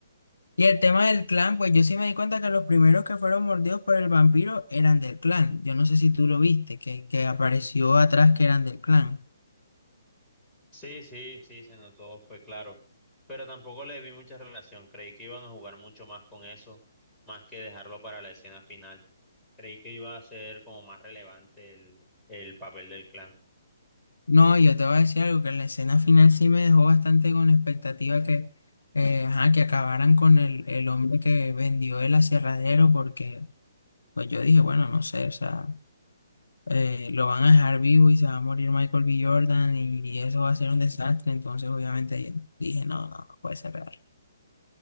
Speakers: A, on the left; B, in the centre.
A: Y el tema del clan, pues yo sí me di cuenta que los primeros que fueron mordidos por el vampiro eran del clan. Yo no sé si tú lo viste, que, que apareció atrás que eran del clan.
B: Sí, sí, sí, se notó, fue claro. Pero tampoco le vi mucha relación. Creí que iban a jugar mucho más con eso, más que dejarlo para la escena final. Creí que iba a ser como más relevante el, el papel del clan.
A: No, yo te voy a decir algo, que en la escena final sí me dejó bastante con expectativa que, eh, ajá, que acabaran con el, el hombre que vendió el aserradero, porque pues yo dije, bueno, no sé, o sea, eh, lo van a dejar vivo y se va a morir Michael B. Jordan y, y eso va a ser un desastre, entonces obviamente dije, no, no, no puede ser real.